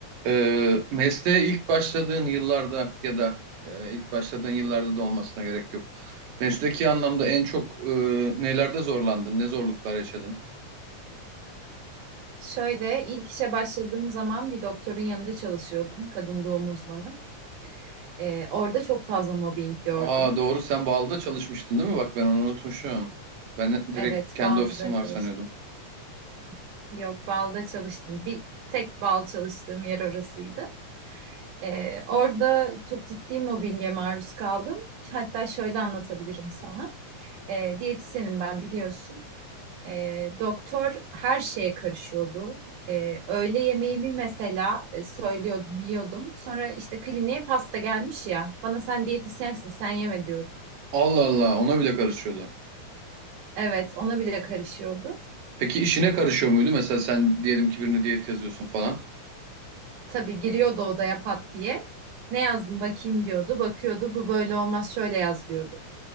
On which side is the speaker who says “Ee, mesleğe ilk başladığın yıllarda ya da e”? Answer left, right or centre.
Right